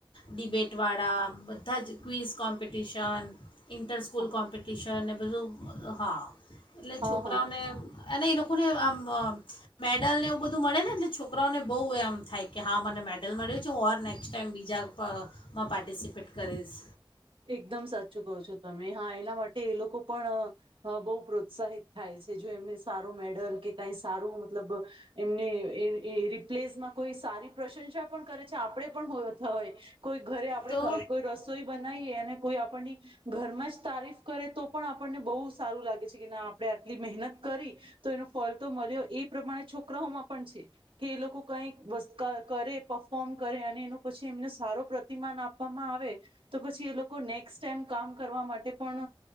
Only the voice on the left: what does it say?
ડિબેટવાળા બધા જ ક્વિઝ કોમ્પિટિશન. ઇન્ટર સ્કૂલ
કોમ્પિટિશન. અને બધું હા. એટલે છોકરાઓને
અને એ લોકોને આમ. મેડલ ને એવું બધું મળે ને એટલે છોકરી છોકરાઓને બહુ એમ થાય કે હા મને મેડલ મળ્યું છે. હર નેક્સ્ટ ટાઈમ બીજામાં પાર્ટિસિપેટ કરીશ.
તો